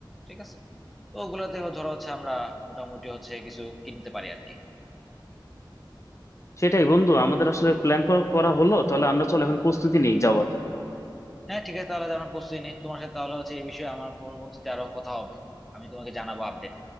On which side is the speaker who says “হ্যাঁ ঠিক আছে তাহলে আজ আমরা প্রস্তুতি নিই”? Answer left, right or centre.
Centre